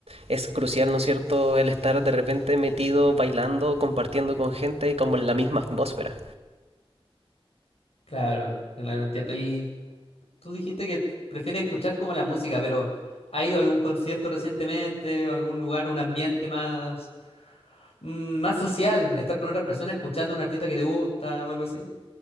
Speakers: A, on the right; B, on the left.
A: es crucial, ¿no es cierto?, el estar de repente metido, bailando, compartiendo con gente como en la misma atmósfera.
B: Claro, claro, entiendo. Y tú dijiste que prefieres escuchar como la música, pero ¿ha ido a algún concierto recientemente, o algún lugar, un ambiente más... mm, más social, estar con otras personas escuchando a un artista que te gusta o algo así.